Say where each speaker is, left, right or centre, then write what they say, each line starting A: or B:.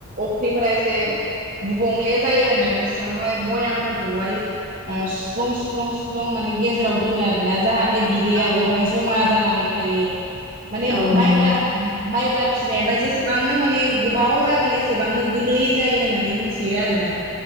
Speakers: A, on the right; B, on the right.
A: अफ्रिफोरा एसे गुबुंले जायो होननानै सिङावहाय बयामफोरखौहाय सुफ्लुं सुफ्लुं सुफ्लुं माने गेजेराव दोनो आरोोना जाहाथे बे बिदैया
B: औ
A: बेवहाय जमा जानानै थायो थायो माने
B: औ नंगौ
A: माइब्रा
B: नोंथां
A: माइब्रा फिसिनायाबा जेसेबां माने गोबाव जागोन एसे एसेबांनो गोदै जायो होननानै मिथियो आरोना